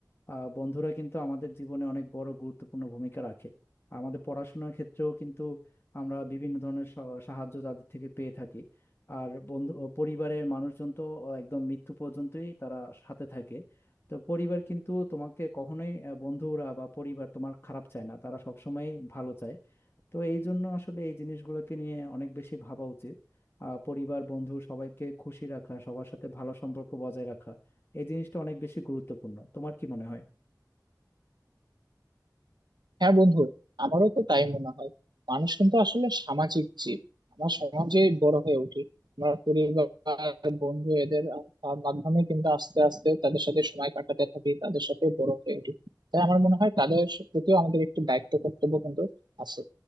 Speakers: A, on the left; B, on the right.
A: আহ বন্ধুরা কিন্তু আমাদের জীবনে অনেক বড় গুরুত্বপূর্ণ ভূমিকা রাখে আমাদের পড়াশোনার ক্ষেত্রেও কিন্তু আমরা বিভিন্ন ধরনের সা- সাহায্য তাদের থেকে পেয়ে থাকি আর বন্ধু ও পরিবারের মানুষজন তো আহ, একদম মৃত্যু পর্যন্তই তারা সাথে থাকে তো পরিবার কিন্তু তোমাকে কখনোই আহ, বন্ধুরা বা পরিবার তোমার খারাপ চায় না তারা সবসময় ভালো চায় তো এই জন্য আসলে এই জিনিসগুলোকে নিয়ে অনেক বেশি ভাবা উচিত আহ, পরিবার বন্ধু সবাইকে খুশি রাখা সবার সাথে ভালো সম্পর্ক বজায় রাখা এই জিনিসটা অনেক বেশি গুরুত্বপূর্ণ তোমার কি মনে হয়
B: হ্যাঁ বন্ধু আমারও তো তাই মনে হয় মানুষ কিন্তু আসলে সামাজিক জীব আমরা সমাজে বড় হয়ে উঠি আমরা পরিবার বন্ধু এদের আহ, মাধ্যমে কিন্তু আস্তে আস্তে তাদের সাথে সময় কাটাতে থাকি তাদের সাথে বড় হয়ে উঠি তাই আমার মনে হয় তাদের প্রতিও আমাদের একটু দায়িত্ব কর্তব্য কিন্তু আছে